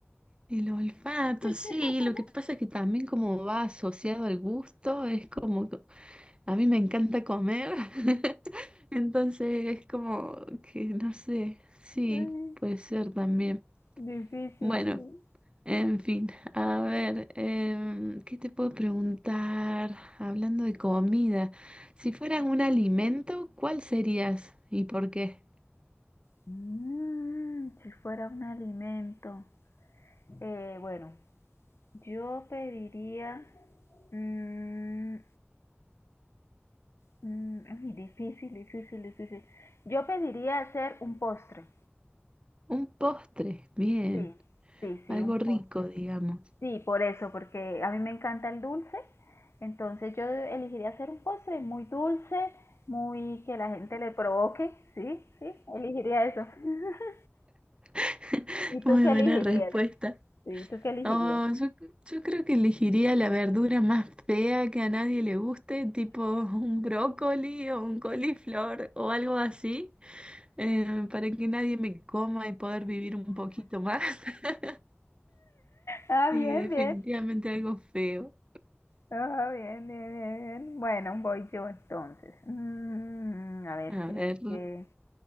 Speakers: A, on the right; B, on the left.
A: El olfato, sí,
B: <laughs>
A: lo que pasa es que también como va asociado al gusto, es como, co- a mí me encanta comer, <laughs> entonces es como que no sé, sí,
B: Mm,
A: puede ser también.
B: Difícil,
A: Bueno,
B: sí.
A: en fin, a ver, em, ¿qué te puedo preguntar? Hablando de comida, si fueras un alimento, ¿cuál serías y por qué?
B: Mm, si fuera un alimento. Eh, bueno, yo pediría... mm, mm, ay, difícil, difícil, difícil. Yo pediría hacer un postre.
A: Un postre, bien,
B: Sí, sí, sí,
A: algo
B: un postre.
A: rico, digamos.
B: Sí, por eso, porque a mí me encanta el dulce, entonces yo elegiría hacer un postre muy dulce, muy que la gente le provoque, sí, sí, elegiría eso. <laughs>
A: <laughs>
B: ¿Y tú
A: Muy
B: qué
A: buena
B: elegirías?
A: respuesta.
B: Sí, ¿tú qué elegirías?
A: Oh, yo, yo creo que elegiría la verdura más fea que a nadie le guste, tipo <laughs> un brócoli o un coliflor o algo así, eh, para que nadie me coma y poder vivir un poquito más. <laughs>
B: Ah,
A: Sí,
B: bien,
A: definitivamente
B: bien.
A: algo feo.
B: Ah, bien, bien, bien, bien. Bueno, voy yo entonces. Mm, a ver,
A: A
B: qué,
A: ver,
B: qué-